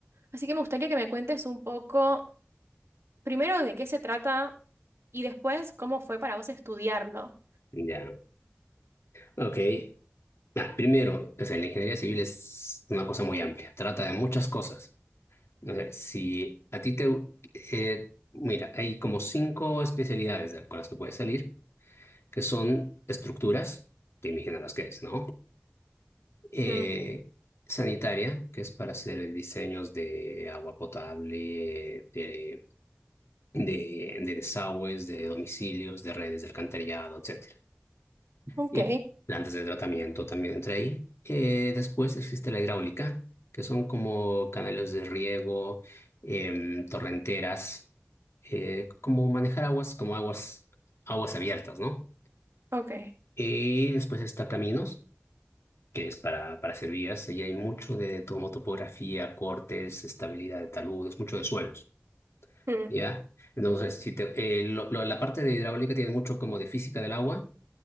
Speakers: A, on the right (about 80°); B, on the left (about 85°).
A: así que me gustaría que me cuentes un poco primero de qué se trata y después cómo fue para vos estudiarlo.
B: Ya, ok. Ah, primero, o sea, la ingeniería civil es una cosa muy amplia, trata de muchas cosas. O sea, si a ti te... eh, mira, hay como cinco especialidades de- con las que puedes salir, que son estructuras, te imaginarás qué es, ¿no? Eh,
A: Mm,
B: sanitaria, que es para hacer diseños de agua potable, de de, de desagües, de domicilios, de redes de alcantarillado, etcétera.
A: ok,
B: Y plantas de tratamiento también entra ahí. Eh, después existe la hidráulica, que son como canales de riego, em, torrenteras, eh, como manejar aguas, como aguas, aguas abiertas, ¿no?
A: ok,
B: Y después está caminos, que es para, para hacer vías. Y hay mucho de tomo- topografía, cortes, estabilidad de taludes, mucho de suelos.
A: mm,
B: ¿ya? Entonces, si te- eh, lo- lo- la parte de hidráulica tiene mucho como de física del agua.